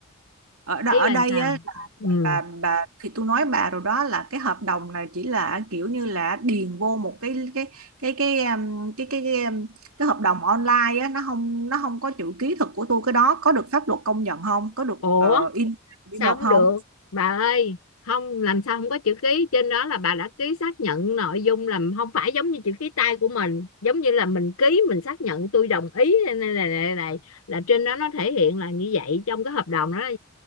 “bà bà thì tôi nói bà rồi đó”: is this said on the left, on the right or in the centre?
Right